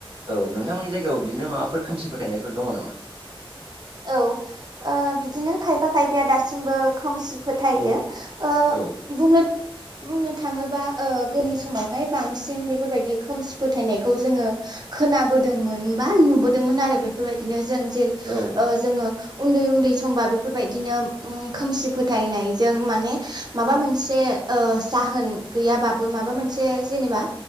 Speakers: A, on the right; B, on the right.
A: औ नोंथांमोननि जायगायाव बिदिनो माबाफोर खोमसि फोथायनायफोर दङ नामा?
B: औ ओ बिदिनो खायफा खायफाया दासिमबो खोमसि फोथायो। ओ
A: औ।
B: बुंनो बुंनो थाङोबा ओ गोदोनि समावहाय बांसिन बेफोरबायदि खोमसि फोथायनायखौ जोंङो खोनाबोदोंमोन बा नुबोदोंमोन आरो बेफोरबायदिनो जों जेरै
A: औ।
B: ओ जोंङो उन्दै उन्दै समबा बेफोरबायदिनो उम खोमसि फोथायनायजों माने माबा मोनसे ओ जाहोन गैयाबाबो माबा मोनसे जेनेबा